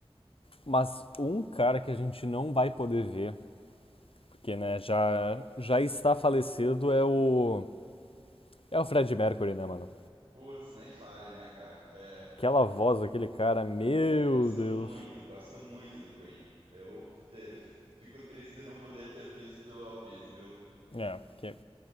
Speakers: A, on the left (about 65°); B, on the right (about 70°).
A: Mas um cara que a gente não vai poder ver, porque, né, já, já está falecido, é o É o Fred Mercury, né, mano?
B: Putz, nem fale, né, cara? É,
A: Aquela voz daquele cara, meu
B: é, gosto
A: Deus.
B: muito, gosto muito de Queen. Eu te- fico triste de não poder ter visto ao vivo, viu?
A: É, porque